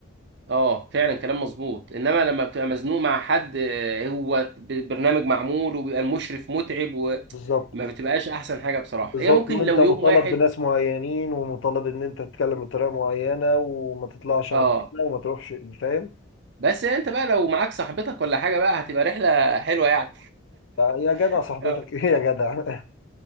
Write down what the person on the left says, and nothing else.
بالظبط
بالظبط
وانت
مطالب
بناس معينين ومطالب ان انت تتكلم بطريقه معينه وما تطلعش
عن كده وما تروحش فاهم
يا جدع
صاحبتك
<laughs> ايه يا جدع